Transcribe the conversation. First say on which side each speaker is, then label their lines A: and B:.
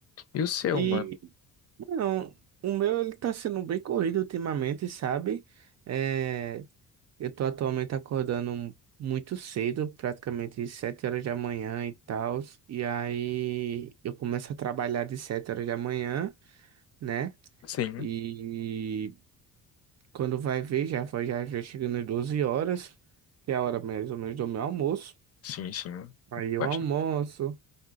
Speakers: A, on the left (about 40°); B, on the right (about 45°).
A: E o seu,
B: E,
A: mano?
B: não, o meu ele tá sendo bem corrido ultimamente, sabe? É, Eu tô atualmente acordando muito cedo, praticamente 7 horas da manhã e tal. E aí eu começo a trabalhar de 7 horas da manhã, né?
A: Sim,
B: E quando vai ver, já, vai- já, já chegando às 12 horas, que é a hora mais ou menos do meu almoço.
A: sim, sim.
B: Aí eu
A: Bast-
B: almoço.